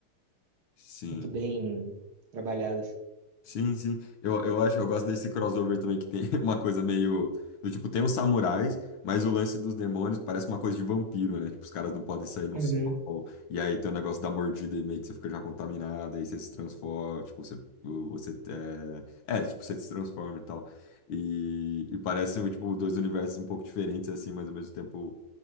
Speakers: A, on the left; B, on the right.
A: sim.
B: muito bem trabalhados.
A: Sim, sim. Eu, eu acho, eu gosto desse crossover também que tem <laughs> uma coisa meio do tipo, tem os samurais, mas o lance dos demônios parece uma coisa de vampiro, né? Tipo, os caras não podem sair no
B: Uhum.
A: sol. E aí tem o negócio da mordida e meio que você fica já contaminado, aí você se transforma, tipo, você, você é, é, tipo, você se transforma e tal. E, e parece, tipo, dois universos um pouco diferentes, assim, mas ao mesmo tempo,